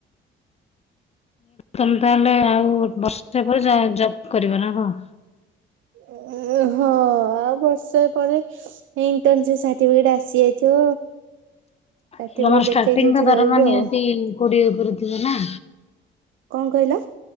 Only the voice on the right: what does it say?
ଉଁ ହଁ ଆଉ ବର୍ଷେ ପରେ ଇଣ୍ଟର୍ନସିପ୍ ସାର୍ଟିଫିକେଟ୍ ଆସିଯାଇଥିବ। ସାର୍ଟିଫିକେଟ
ଦେଖେଇ
ଯୋଉଠି
ରହିବୁ
ଆଉ
କଂ କଇଲ।